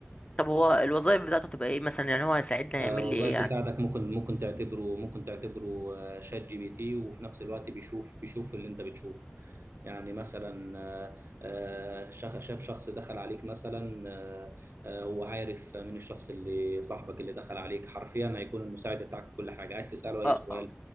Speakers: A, on the left; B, on the right.
A: طب هو الوظائف بتاعته تبقى ايه مثلا يعني هو هيساعدنا
B: آه،
A: يعمل لي
B: وظائف
A: ايه يعني
B: يساعدك ممكن ممكن تعتبره ممكن تعتبره آه، شات جي بي تي وفي نفس الوقت بيشوف بيشوف اللي انت بتشوفه يعني مثلا آه، آه، شاف شاف شخص دخل عليك مثلا آه، آه، هو عارف من الشخص اللي صاحبك اللي دخل عليك حرفيا هيكون المساعد بتاعك في كل حاجه عايز تساله اي
A: اه
B: سؤال
A: آه.